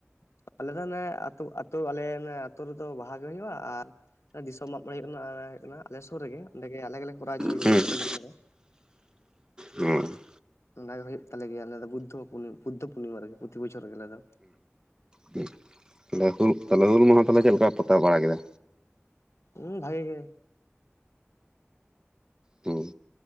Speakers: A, on the left (about 85°); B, on the right (about 15°).
A: ᱟᱞᱮ ᱫᱚ ᱚᱱᱮ ᱟᱹᱛᱩ ᱟᱹᱛᱩ ᱟᱞᱮ ᱟᱹᱛᱩ ᱨᱮᱫᱚ ᱵᱟᱦᱟ ᱜᱮ ᱦᱩᱭᱩᱜᱼᱟ ᱟᱨ, ᱫᱤᱥᱚᱢ ᱢᱟᱜ ᱢᱚᱲᱮ ᱦᱩᱭᱩᱜ ᱠᱟᱱᱟ ᱟᱨ ᱦᱩᱭᱩᱜ ᱠᱟᱱᱟ᱾ ᱟᱞᱮ ᱥᱩᱨ ᱨᱮᱜᱮ ᱚᱸᱰᱮ ᱜᱮ ᱟᱞᱮ ᱜᱮᱞᱮ ᱠᱚᱨᱟᱣ ᱦᱚᱪᱚᱭ
B: ᱦᱩᱭᱩᱜᱼᱟ
A: ᱜᱮᱭᱟ ᱫᱤᱥᱚᱢᱟᱜ ᱢᱚᱬᱮ᱾
B: ᱦᱩᱸ,
A: ᱚᱱᱟᱜᱮ ᱦᱩᱭᱩᱜ ᱛᱟᱞᱮᱭᱟ ᱟᱞᱮ ᱫᱚ ᱵᱩᱫᱽᱫᱚ ᱯᱩᱨᱱᱤ, ᱵᱩᱫᱽᱫᱚ ᱯᱩᱨᱱᱤᱢᱟ ᱨᱮᱜᱮ ᱯᱚᱛᱤ ᱵᱚᱪᱷᱚᱨ ᱨᱮᱜᱮ ᱟᱞᱮ ᱫᱚ᱾
B: ᱦᱮᱸ <unintelligible> ᱦᱩᱞ ᱢᱟᱦᱟ ᱛᱟᱦᱮᱞᱮ ᱪᱮᱫ ᱞᱮᱠᱟ ᱯᱟᱛᱟᱣ ᱵᱟᱲᱟ ᱠᱮᱫᱟ᱾
A: ᱦᱩᱸ ᱵᱷᱟᱜᱮ ᱜᱮ᱾
B: ᱦᱩ